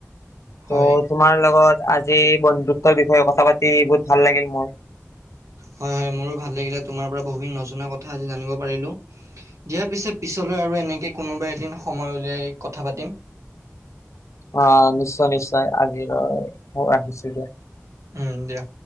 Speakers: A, on the right (about 85°); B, on the left (about 75°).
A: হয়,
B: ত' তোমাৰ লগত আজি বন্ধুত্বৰ বিষয়ে কথা পাতি বহুত ভাল লাগিল মোৰ
A: হয়, হয়, মোৰো ভাল লাগিলে তোমাৰ পৰা বহুখিনি নজনা কথা আজি জানিব পাৰিলোঁ, দিয়াৰ পিছে, পিছলৈ আৰু এনেকে কোনোবা এদিন সময় উলিয়াই কথা পাতিম।
B: অ', নিশ্চয়, নিশ্চয় আজিলৈ ৰাখিছোঁ দিয়া।
A: উম, দিয়া।